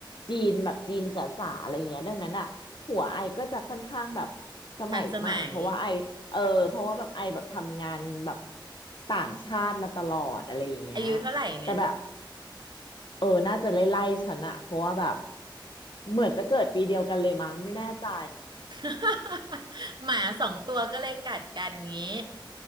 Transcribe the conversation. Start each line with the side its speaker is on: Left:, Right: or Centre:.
Left: จีนแบบจีนจ๋าๆอะไรเงี้ยดังนั้นอ่ะหัวไอก็จะค่อนข้างแบบสมัยใหม่เพราะว่าไอเออเพราะว่าแบบไอแบบทำงานแบบ
Right: ทันสมัย
Left: ต่างชาติมาตลอดอะไรอย่างเงี้ย
Right: อายุเท่าไหร่เนี่ย
Left: แต่แบบเออน่าจะไล่ๆฉันอะเพราะว่าแบบเหมือนจะเกิดปีเดียวกันเลยมั้งไม่แน่ใจ
Right: <laughs> หมาสองตัวก็เลยกัดกันงี้